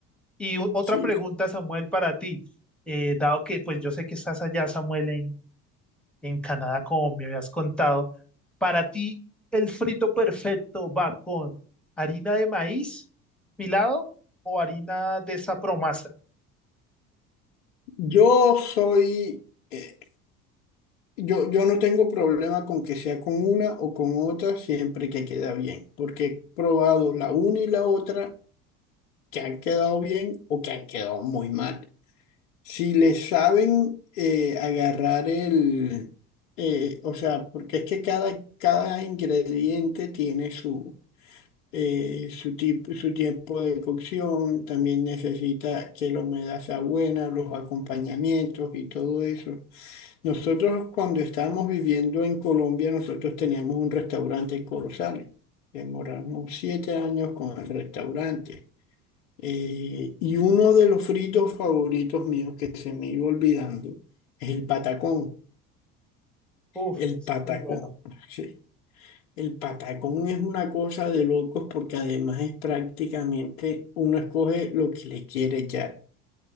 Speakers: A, in the centre; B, on the left.
A: Y u- otra
B: Sí.
A: pregunta, Samuel, para ti. Eh, dado que pues yo sé que estás allá, Samuel, en, en Canadá, como me habías contado, para ti el frito perfecto va con harina de maíz pilado o harina de esa promasa.
B: Yo soy, eh, yo, yo no tengo problema con que sea con una o con otra siempre que queda bien, porque he probado la una y la otra que han quedado bien o que han quedado muy mal. Si le saben eh, agarrar el, eh, o sea, porque es que cada, cada ingrediente tiene su eh, su, ti- su tiempo de cocción, también necesita que la humedad sea buena, los acompañamientos y todo eso. Nosotros cuando estábamos viviendo en Colombia, nosotros teníamos un restaurante en Corozal. Demoramos siete años con el restaurante. Eh, y uno de los fritos favoritos míos que se me iba olvidando es el patacón.
A: Uf,
B: El
A: eso
B: patacón.
A: es muy bueno.
B: <laughs> El patacón es una cosa de locos porque además es prácticamente uno escoge lo que le quiere echar.